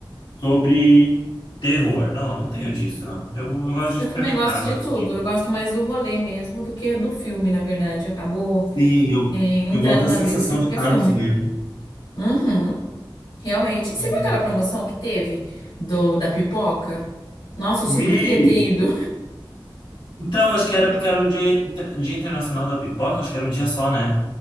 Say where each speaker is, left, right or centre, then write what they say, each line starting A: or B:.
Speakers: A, on the left; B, on the left.
A: sobre terror. Não, não tenho disso, não. Eu, eu gosto de
B: Eu
A: experimentar,
B: também gosto
A: gosto
B: de tudo.
A: de.
B: Eu gosto mais do rolê mesmo do que do filme, na verdade. Acabou,
A: Sim, eu,
B: é, entrando
A: eu gosto da
B: na
A: sensação
B: brisa de qualquer
A: de estar
B: filme.
A: no cinema.
B: Uhum, realmente. Você
A: Uhum.
B: viu aquela promoção que teve do da pipoca? Nossa, eu super
A: Vi!
B: queria ter ido.
A: Então, acho que era
B: <laughs>
A: porque era o dia, Dia Internacional da Pipoca, acho que era um dia só, né?